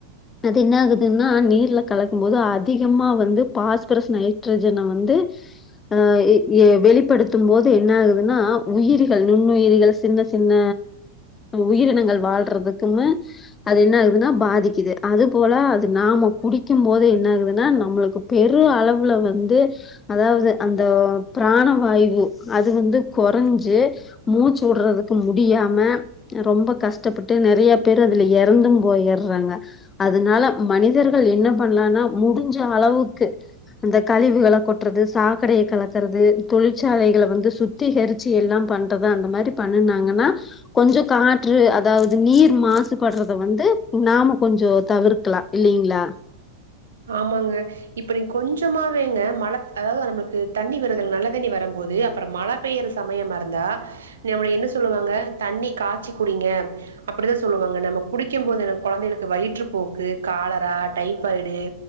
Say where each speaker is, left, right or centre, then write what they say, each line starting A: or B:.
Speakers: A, on the left; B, on the right.
A: அது என்ன ஆகுதுன்னா நீர்ல கலக்கும் போது அதிகமா வந்து பாஸ்பரஸ் நைட்ரஜனை வந்து அ எ வெளிப்படுத்தும் போது என்ன ஆகுதுன்னா உயிரிகள் நுண்ணுயிரிகள் சின்ன சின்ன உயிரினங்கள் வாழ்றதுக்குமே அது என்ன ஆகுதுன்னா பாதிக்குது அது போல அது நாம குடிக்கு போது என்ன ஆகுதுன்னா நம்மளுக்கு பெரு அளவுல வந்து அதாவது அந்த பிராண வாயு அது வந்து கொறஞ்சு மூச்சு வுடுறதுக்கு முடியாம ரொம்ப கஷ்டப்பட்டு நெறைய பேர் அதுல இற ந்து போயிறாங்க அதனால மனிதர்கள் என்ன பண்ணலனா முடிஞ்ச அளவுக்கு அந்த, கொட்டுறது சாக்கடையை கலக்கறது தொழிற்சாலைகளை வந்து சுத்திகரிச்சி எல்லா பண்றத அந்த மாதிரி பண்ணனாங்கன்னா கொஞ்ச காற்று அதாவது நீர் மாசுபடுறது த வந்து நாம கொஞ்ச தவிர்க்கலா இல்லிங்களா
B: ஆமாங்க இப்ப நீங்க கொஞ்சமாவேங்க மழ அதாவது நம்மளுக்கு தண்ணி வறது நல்ல தண்ணி வரும்போது அப்புறோ மழ பெய்யற சமயமா இருந்தா நம்மள என்ன சொல்லுவாங்க தண்ணி காய்சி குடிங்க அப்படிதா சொல்லுவாங்க நம்ம குடிக்கு போது நம்ம கொழந்தைகளுக்கு வயிற்று போக்கு காலரா டைபாய்டு